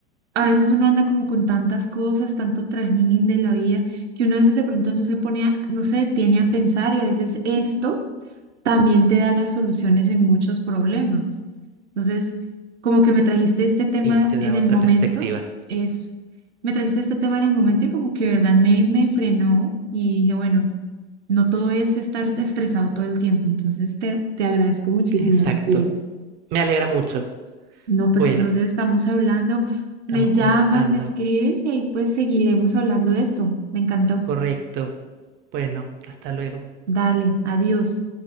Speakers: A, on the right; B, on the right.
A: A veces uno anda como con tantas cosas, tanto trajín de la vida, que uno a veces de pronto no se pone a- no se detiene a pensar y a veces esto también te da las soluciones en muchos problemas. Entonces, como que me trajiste este tema
B: Sí, te
A: en
B: da
A: el
B: otra
A: momento,
B: perspectiva.
A: es, me trajiste este tema en el momento y como que de verdad me, me frenó y dije, bueno, no todo es estar estresado todo el tiempo. Entonces, te, te agradezco muchísimo,
B: Exacto.
A: en serio.
B: Me alegra mucho.
A: No, pues
B: Bueno,
A: entonces estamos hablando,
B: estamos
A: me llamas,
B: conversando.
A: me escribes y ahí pues seguiremos hablando de esto. Me encantó.
B: Correcto. Bueno, hasta luego.
A: Dale, adiós.